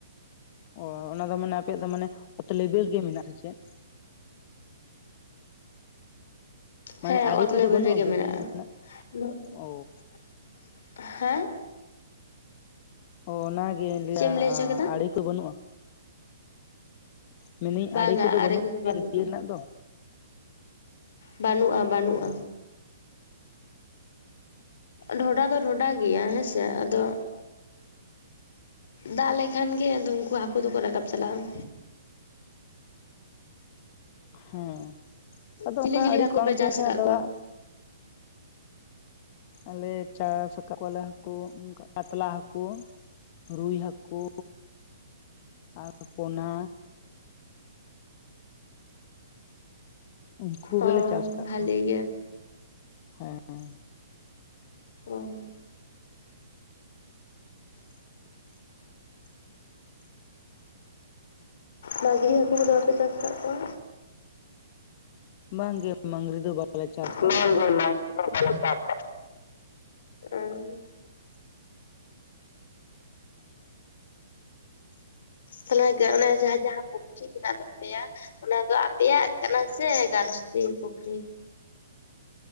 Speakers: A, on the left; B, on the left.
A: ᱚ ᱚᱱᱟ ᱫᱚ ᱢᱟᱱᱮ ᱟᱯᱮᱭᱟᱜ ᱫᱚ ᱢᱟᱱᱮ ᱚᱛ ᱞᱮᱵᱮᱞ ᱜᱮ ᱢᱮᱱᱟᱜᱼᱟ ᱥᱮ ᱪᱮᱫ? ᱢᱟᱱᱮ
B: ᱦᱮᱸ
A: ᱟᱲᱮ
B: ᱚᱛ
A: ᱠᱚᱫᱚ
B: ᱞᱮᱵᱮᱞ
A: ᱵᱟᱹᱱᱩᱜᱼᱟ
B: ᱨᱮᱜᱮ
A: ᱜᱟᱹᱰᱭᱟᱹ
B: ᱢᱮᱱᱟᱜᱼᱟ᱾
A: ᱨᱮᱱᱟᱜ ᱚ
B: ᱦᱮᱸ
A: ᱚ ᱚᱱᱟᱜᱮᱧ ᱞᱟᱹᱭᱟ
B: ᱪᱮᱫ ᱮᱢ ᱞᱟᱹᱭ ᱦᱚᱪᱚ ᱠᱮᱫᱟ
A: ᱟᱲᱮ ᱠᱚ ᱵᱟᱹᱱᱩᱜᱼᱟ? ᱢᱮᱱᱫᱟᱹᱧ
B: ᱵᱟᱝᱟ
A: ᱟᱲᱮ ᱠᱚᱫᱚ
B: ᱟᱨᱮ
A: ᱵᱟᱹᱱᱩᱜ ᱛᱟᱞᱮᱭᱟ
B: ᱵᱟᱹᱱᱩᱜᱼᱟ
A: ᱜᱟᱹᱰᱭᱟᱹ ᱨᱮᱱᱟᱜ ᱫᱚ?
B: ᱵᱟᱹᱱᱩᱜᱼᱟ ᱵᱟᱹᱱᱩᱜᱼᱟ᱾
A: ᱚ
B: ᱰᱷᱚᱰᱟ ᱫᱚ ᱰᱷᱚᱰᱟ ᱜᱮᱭᱟ ᱦᱮᱸ ᱥᱮ ᱟᱫᱚ ᱫᱟᱜ ᱞᱮᱠᱷᱟᱱ ᱜᱮ ᱟᱫᱚ ᱩᱱᱠᱩ ᱦᱟᱹᱠᱩ ᱫᱚᱠᱚ ᱨᱟᱠᱟᱵ ᱪᱟᱞᱟᱜᱼᱟ᱾
A: ᱦᱮᱸ᱾ ᱟᱫᱚ
B: ᱪᱤᱞᱤ
A: ᱚᱱᱠᱟ
B: ᱪᱤᱞᱤ
A: ᱟᱲᱮ
B: ᱦᱟᱹᱠᱩ
A: ᱠᱚ ᱵᱟᱝ
B: ᱯᱮ ᱪᱟᱥ
A: ᱛᱟᱦᱮᱸᱱ ᱠᱷᱟᱡ
B: ᱟᱠᱟᱫ
A: ᱟᱫᱚ
B: ᱠᱚᱣᱟ
A: ᱫᱟᱹᱲᱟ᱾ ᱟᱞᱮ ᱪᱟᱥ ᱟᱠᱟᱫ ᱠᱚᱣᱟᱞᱮ ᱦᱟᱠᱩ, ᱯᱟᱛᱞᱟ ᱦᱟᱠᱩ᱾ ᱨᱩᱭ ᱦᱟᱠᱩ ᱟᱨ ᱯᱚᱱᱟ᱾ ᱩᱱᱠᱩ
B: ᱚ
A: ᱜᱮᱞᱮ ᱪᱟᱥ ᱠᱟᱜ
B: ᱵᱷᱟᱞᱤ
A: ᱠᱚᱣᱟ᱾
B: ᱜᱮ
A: ᱦᱮᱸ
B: ᱚ ᱢᱟᱹᱜᱨᱤ ᱦᱟᱠᱩ ᱠᱚᱫᱚ ᱵᱟᱯᱮ ᱪᱟᱥ ᱠᱟᱜ ᱠᱚᱣᱟ?
A: ᱵᱟᱝᱜᱮ, ᱢᱟᱝᱜᱽᱨᱤ ᱫᱚ ᱵᱟᱞᱮ ᱪᱟᱥ ᱠᱟᱜ
B: ᱵᱟᱝ
A: ᱠᱚᱣᱟ᱾
B: ᱜᱮ ᱵᱟᱝ ᱵᱟᱞᱮ ᱪᱟᱥ ᱠᱟᱜ ᱠᱚᱣᱟ ᱾ ᱦᱩᱸ ᱛᱟᱦᱞᱮ ᱚᱱᱮ ᱡᱟᱦᱟᱸ ᱡᱟᱦᱟᱸ ᱯᱩᱠᱷᱨᱤ ᱢᱮᱱᱟᱜ ᱠᱟᱜ ᱛᱟᱯᱮᱭᱟ ᱚᱱᱟ ᱫᱚ ᱟᱯᱮᱭᱟᱜ ᱠᱟᱱᱟ ᱥᱮ ᱜᱷᱟᱨᱚᱥᱛᱤ ᱯᱩᱠᱷᱨᱤ?